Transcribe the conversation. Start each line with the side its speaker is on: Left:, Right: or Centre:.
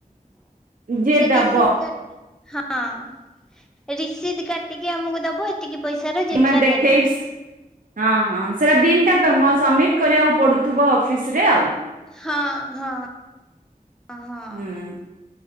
Right: ଯିଏ
Centre: ସେ
Right: ଦବ
Centre: ରିଶିଦ୍ ହଁ ରିସିଦ କାଟିକି ଆମକୁ ଦବ ଏତିକି ପଇସାର ଜିନିଷ
Right: ତମେ ଦେଖେଇ
Centre: ନେଲେ।
Right: ହଁ ହଁ ସେଇଟା ବିଲ୍ ଟା ପ ମ ସବମିଟ କରିବାକୁ ପଡୁଥିବ ଅଫିସରେ ଆଉ।
Centre: ହଁ ହଁ ହଁ।
Right: ହୁଁ